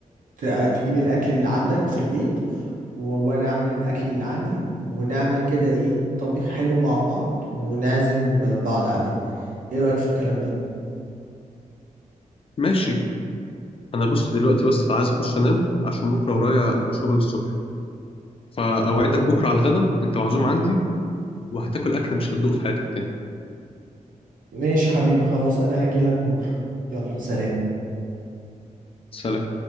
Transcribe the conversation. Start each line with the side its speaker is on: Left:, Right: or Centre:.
Right: ت... تجيب الاكل اللي عندك في البيت و- وانا اعمل الاكل اللي عندي ونعمل كده ايه طبيخ حلو مع بعض ونعزم بعض عليه ايه رأيك في الكلام ده
Left: ماشي انا بص دلوقتي بس عايز اخش انام عشان بكره ورايا شغل الصبح فاوعدك بكره على الغدا انت معزوم عندي وهتاكل اكله مش هتدوق في حياتك تاني
Right: ماشي يا حبيبي خلاص انا هاجي لك بكرة يلا سلام
Left: سلام